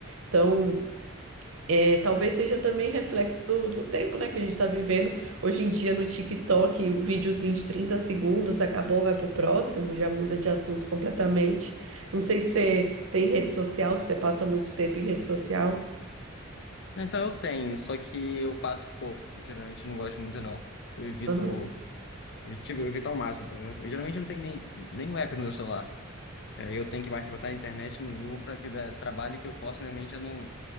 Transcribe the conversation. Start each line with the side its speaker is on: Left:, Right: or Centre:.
Right: Então, é, talvez seja também reflexo do, do tempo, né, que a gente tá vivendo. Hoje em dia no TikTok, o videozinho de 30 segundos acabou, vai pro próximo, já muda de assunto completamente. Não sei se você tem rede social, se você passa muito tempo em rede social.
Left: Então eu tenho, só que eu passo pouco. Geralmente eu não gosto muito, não. Eu evito,
Right: Aham.
Left: eu, tipo, eu evito ao máximo, entendeu? Eu geralmente não tenho nem, nem um app no meu celular. Aí eu tenho que mais botar a internet no Google pra que dá trabalho que eu forço minha mente a não,